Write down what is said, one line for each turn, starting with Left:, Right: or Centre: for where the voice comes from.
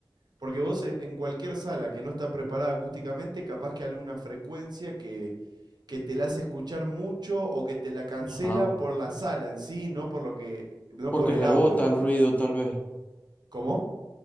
Right: Porque vos en, en cualquier sala que no está preparada acústicamente, capaz que alguna frecuencia que, que te la hace escuchar mucho o que te la cancela
Left: Ajá.
Right: por la sala en sí, no por lo que, no
Left: Porque
Right: por el
Left: rebota
Right: audio. ¿entendés?
Left: el ruido, tal vez.
Right: ¿Cómo?